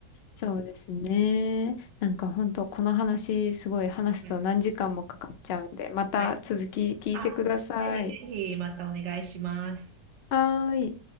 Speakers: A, on the left; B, on the right.
A: そうですね。なんか本当この話すごい話すと何時間もかかっちゃうんで、
B: はい。
A: また続き聞いてください。
B: はいあ、ぜひぜひまたお願いします。
A: はーい。